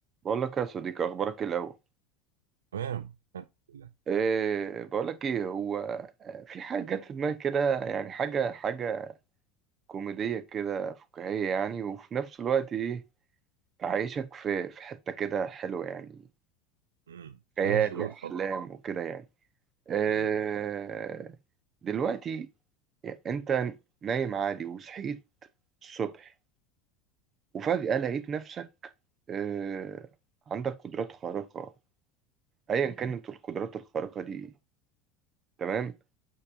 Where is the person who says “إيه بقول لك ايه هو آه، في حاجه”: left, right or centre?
Right